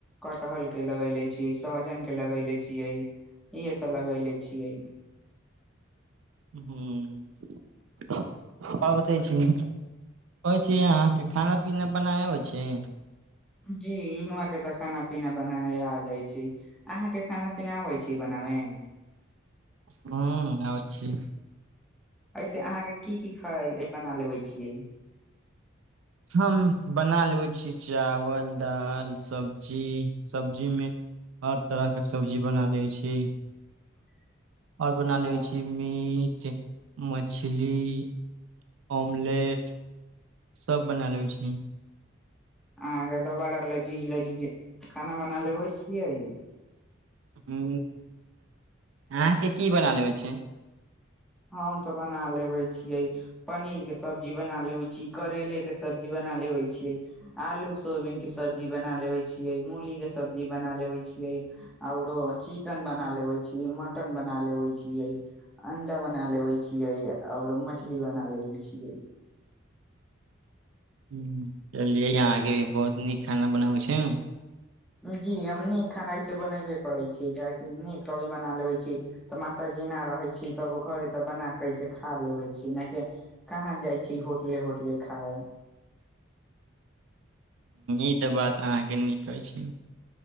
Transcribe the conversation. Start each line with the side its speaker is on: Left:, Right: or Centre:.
Centre: कटहल के लगेले छीयै सहजन के लगेले छीयै इहे सब लगैले छियै
Right: ह्म और बताय छीयै होइ छै अहाँके खाना पीना बनाय हो छै
Centre: जी यहां के तऽ खाना पीना बना आ जाय छै अहाँ के खाना पीना आबे छै बना आमे
Right: ह्म आबै छै
Centre: ऐसे अहाँके की की खाना बना लेबै छियै
Right: हम बना लबै छी चावल दाल सब्जी सब्जीमे हर तरहके सब्जी बना लै छी
Centre: <inaudible>
Right: ओर बना लेवइ
Centre: वाह
Right: छी मीट मछली ऑमलेट सब बना लैवै छै
Centre: अहाँके द बार लजीज लजीज खाना बना लेबै छियै
Right: ह्म अहाँके की बना लेबै छै
Centre: हम तऽ बना लेबे छीयै पनीर के सब्जी बना लेवे छी करेेले के सब्जी बना बना लेवे छी आलू सोयबीन के सब्जी बना लेवे छीयै मूली के सब्जी बना लेबय छीयै आर चिकन बना लेबै छीयै मटन बना लेेबै छीयै अंडा बना लेबे छियै आओर मछली बना लेबे छियै
Right: हाँ चलियै अहाँके बहुत नीक खाना बनाबै छै
Centre: जी हम नीक खाना ऐसे बनबे करै छी काहि नीक कभी बना लेबे छी तऽ माता जेना रहे छी कबो घरे त बना कैसे खा लेवे छी न के कहाँ जाय छी होटले ओटले होटले खाए
Right: ई बात अहाँके नीकै अछि